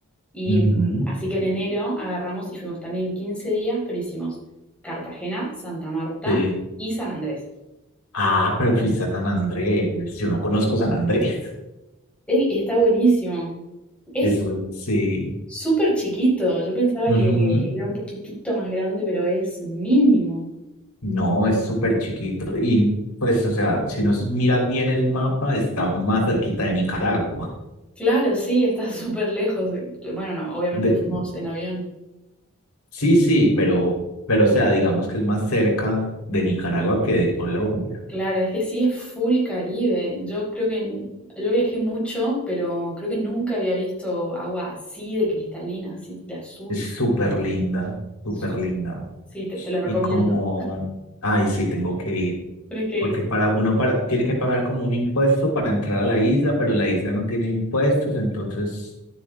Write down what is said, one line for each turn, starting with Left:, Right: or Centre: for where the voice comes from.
Centre: Y
Left: ujú,
Centre: mm, así que en enero agarramos y fuimos también 15 días, pero hicimos Cartagena, Santa Marta
Left: sí.
Centre: y San Andrés.
Left: Ah, pero fuiste a San Andrés. Yo no conozco San Andrés. <laughs>
Centre: Ey, está buenísimo. Es
Left: Eso sí.
Centre: súper chiquito. Yo pensaba
Left: Ujú.
Centre: que era un poquitito más grande, pero es mínimo.
Left: No, es súper chiquito. Y pues, o sea, si nos mira bien el mapa, está más cerquita de Nicaragua.
Centre: Claro, sí, está <laughs> súper lejos. eh, eh, Bueno, no, obviamente
Left: De-
Centre: fuimos en avión.
Left: sí, sí, pero, pero, o sea, digamos que es más cerca de Nicaragua que de Colombia.
Centre: Claro, es que sí es full Caribe. Yo creo que n- yo viajé mucho, pero creo que nunca había visto agua así de cristalina, así de azul.
Left: Es súper linda, súper
Centre: Su-
Left: linda.
Centre: Sí, te, te lo recomiendo.
Left: Y como, ay, sí, tengo que ir.
Centre: Tienes que ir.
Left: Porque para uno para, tiene que pagar como un impuesto para entrar a la isla, pero la isla no tiene impuestos, entonces